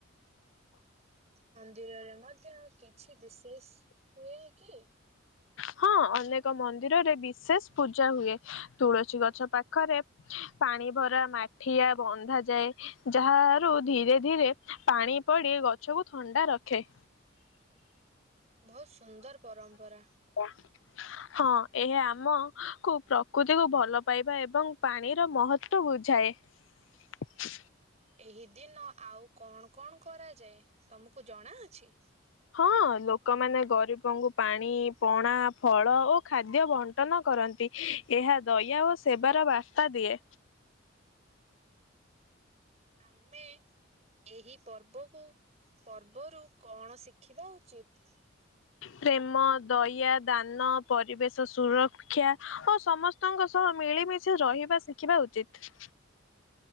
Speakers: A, on the right; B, on the left.
A: ମନ୍ଦିରରେ ମଧ୍ୟ କିଛି ବିଶେଷ ହୁଏ କି?
B: ହଁ ଅନେକ ମନ୍ଦିରରେ ବିଶେଷ ପୂଜା ହୁଏ, ତୁଳସୀ ଗଛ ପାଖରେ ପାଣି ଭରା ମାଠିଆ ବନ୍ଧାଯାଏ ଯାହା ହାରୁ ଧୀରେ ଧୀରେ ପାଣି ପଡି ଏ ଗଛକୁ ଥଣ୍ଡା ରଖେ।
A: ବୋହୁତ ସୁନ୍ଦର ପରମ୍ପରା।
B: ଓ ହଁ ଏହା ଆମକୁୁ ପ୍ରକୃତିକୁୁ ଭଲ ପାଇବା ଏବଂ ପାଣିର ମହତ୍ଵ ବୁଝା ଥାଏ।
A: ଏହି ଦିନ ଆଉ କଣ କଣ କରାଯାଏ ତମୁକୁ ଜଣାଅଛି?
B: ହଁ ଲୋକମାନେ ଗରିବଙ୍କୁ ପାଣି ପଣା ଫଳ ଓ ଖାଦ୍ୟ ବଣ୍ଟନ କରନ୍ ଏହା ଦୟା ଓ ସେବାର ବାର୍ତ୍ତା ଦିଏ।
A: ଆମେ ଏହି ପର୍ବକୁ ପର୍ବରୁ କଣ ଶିଖିବା ଉଚିତ?
B: ପ୍ରେମ, ଦୟା, ଦାନ, ପରିବେଶ ସୁରକ୍ଷା ଓ ସମସ୍ତଙ୍କ ସ ହଁ ମିଳିମିଶି ରହିବା ଶିଖିବା ଉଚିତ।